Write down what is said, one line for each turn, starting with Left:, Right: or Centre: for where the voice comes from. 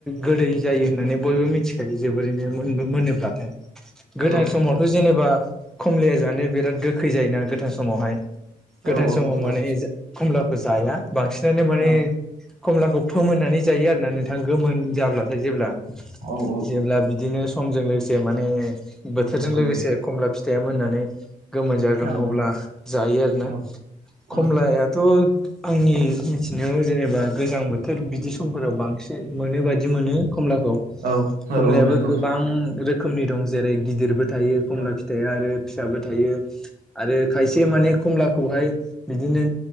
Centre: गोदै जायो होननानै बयबो मिथिखायो जोबोरैनो मोनबो मोनोब्लाथाय गोथां
Right: औ
Centre: समावथ' जेनेबा खमलाया जानो बिराद गोखै जायोना गोथां समावहाय
Right: औ
Centre: गोथां
Right: औ
Centre: समाव
Right: नंगौ
Centre: माने खमलाखौ जाया बांसिनानो माने
Right: औ
Centre: खमलाखौ फोमोननानै जायो आरोना नोंथां गोमोन जाब्लाथाय जेब्ला
Right: औ औ
Centre: जेब्ला
Right: औ
Centre: बिदिनो समजों लोगोसे माने बोथोरजों
Right: नंगौ
Centre: लोगोसे
Right: नंगौ
Centre: खमला फिथाइया मोननानै गोमोन जागोन
Right: औ नंगौ
Centre: अब्ला जायो आरोना
Right: औ
Centre: कमलायाथ'
Right: औ
Centre: आंनि मिथिनायाव जेनेबा गोजां बोथोर बिदि समफोराव बांसिन मोनो बायदि मोनो कमलाखौ
Right: औ
Centre: कमलायाबो
Right: औ नंगौ
Centre: गोबां
Right: नंगौ
Centre: रोखोमनि दं जेरै गिदिरबो थायो खमला
Right: औ
Centre: फिथाइया आरो फिसाबो थायो आरो खायसे माने कमलाखौहाय बिदिनो